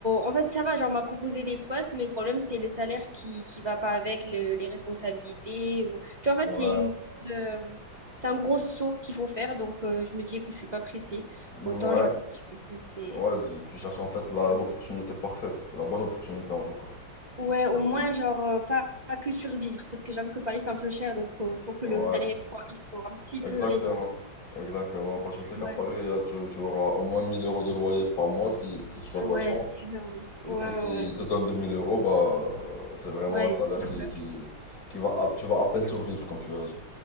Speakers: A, on the right (about 25°); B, on the left (about 85°).
A: en fait, ça va, genre, on m'a proposé des postes, mais le problème, c'est le salaire qui qui va pas avec le- les responsabilités. Ou... Tu vois, en fait,
B: ouais,
A: c'est une... euh, c'est un gros saut qu'il faut faire. Donc, euh, je me dis, écoute, je suis pas pressée.
B: ouais,
A: Autant j'attends un petit peu plus. Et...
B: ouais, tu, tu cherches en fait la-
A: ouais.
B: l'opportunité parfaite, la bonne opportunité en tout cas.
A: Ouais, au
B: Ouais.
A: moins, genre, euh, pas, pas que survivre, parce que j'avoue que Paris, c'est un peu cher, donc euh, faut que
B: Ouais.
A: le salaire il soit, il soit un petit peu
B: Exactement,
A: raisonnable.
B: exactement. Parce que je sais qu'à
A: Ouais,
B: Paris, euh, tu, tu auras au moins 1000 euros de loyer par mois si, si tu as de
A: Ouais,
B: la chance.
A: évidemment. ouais,
B: Du coup,
A: ouais,
B: s'ils
A: ouais.
B: te donnent 2000 euros, bah, euh, c'est vraiment
A: ouais,
B: un salaire
A: c'est le
B: qui,
A: faire.
B: qui, qui va, à- tu vas à peine survivre, comme tu as dit.